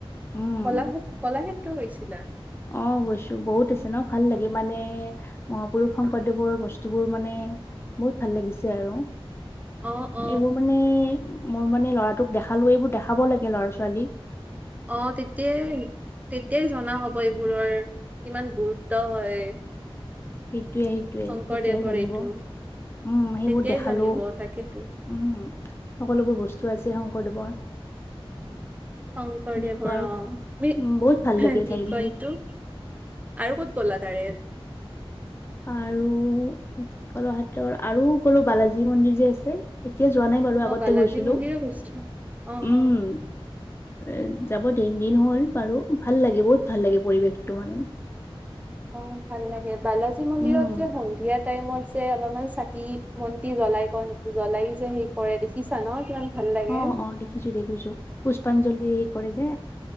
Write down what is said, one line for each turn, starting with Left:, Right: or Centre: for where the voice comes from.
Left: উম
Right: কলা কলাক্ষেত্ৰ হৈছিল
Left: অ গৈছো বহুত আছে ন ভাল লাগে মানে মহাপুৰুষ শংকৰদেৱৰ বস্তুবোৰ মানে। বহুত ভাল লাগিছে আৰু
Right: অ অ
Left: এইবোৰ মানে মোৰ মানে লৰাটোক দেখালো এইবোৰ দেখাব লাগে লৰা ছোৱালী।
Right: অ তেতিয়াই তেতিয়াই জনা হ'ব এই বোৰৰ কিমান গুৰুত্ব হয়
Left: ঠিক। সেইটোৱে সেইটোৱে
Right: শংকৰদেৱৰ
Left: তেতিয়াই জানিব
Right: এইটো
Left: উম সেইবোৰ
Right: তেতিয়াই
Left: দেখালো
Right: জানিব তাকেতো
Left: উম সকলোবোৰ বস্তু আছে শংকৰদেৱৰ
Right: শংকৰদেৱৰ
Left: এনেকুৱা আৰু
Right: অ',
Left: উম বহুত ভাল
Right: কি
Left: লাগে ঠাইখিনি
Right: কয় এইটো আৰু ক'ত গ'লা তাৰে।
Left: আৰু কলাক্ষেত্ৰ আৰু গলো বালাজী মন্দিৰ যে আছে এতিয়া যোৱা নাই বাৰু আগতে
Right: অ বালাজী
Left: গৈছিলো
Right: মন্দিৰো গৈছিলা অ
Left: উম।
Right: অ
Left: এ যাব দিন দিন হ'ল বাৰু ভাল লাগে বহুত ভাল লাগে পৰিৱেশটো মানে।
Right: অ ভাল লাগে বালাজী মন্দিৰত
Left: উম।
Right: যে সন্ধিয়াত। টাইমত যে অলপমান চাকি মন্তি জ্বলাই ক জ্বলাই যে সেই কৰে দেখিছা ন কিমান। ভাল লাগে
Left: অ অ দেখিছো দেখিছো পুষ্পাঞ্জলি কৰে যে